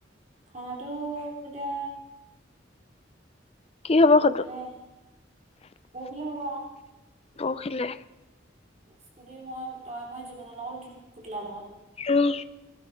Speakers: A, on the right; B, on the left.
A: খানাটো এতিয়া
B: কি হ'ব
A: পকলে
B: সেইটো
A: পকিল ভ
B: পখিলে
A: স্কুটি মই তই মই জীৱনৰ লগত উঠিম পুতলাৰ লগত
B: অহ,